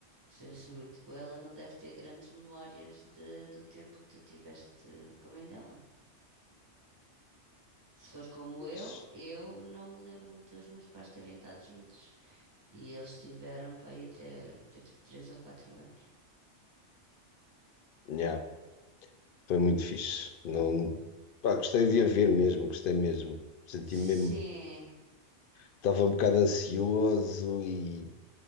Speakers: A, on the right; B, on the left.
A: Ser assim muito boa, ela não deve ter grandes memórias de- do tempo que tu tiveste com a mãe dela. Se for como
B: Mas,
A: eu, eu não me lembro dos meus pais terem estado juntos. E eles tiveram para aí até ter três ou quatro anos.
B: nhá, foi muito fixe. Não, pá, gostei de a ver mesmo, gostei mesmo. Senti
A: Sim,
B: mesmo. Estava um bocado ansioso e